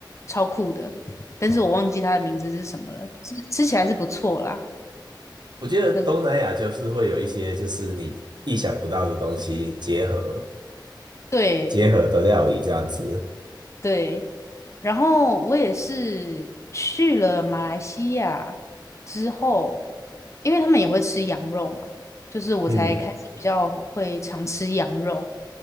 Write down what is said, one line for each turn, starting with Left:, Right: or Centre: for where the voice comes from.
Left: 超酷的，但是我忘记它的名字是什么了。吃吃起来是不错啦，
Right: 我觉得东南亚就是会有一些就是你意想不到的东西结合
Left: 那个对
Right: 结合的料理这样子，
Left: 对。然后我也是去了马来西亚之后，因为他们也会吃羊肉嘛，就是我才开始比较会常吃羊肉。
Right: 嗯，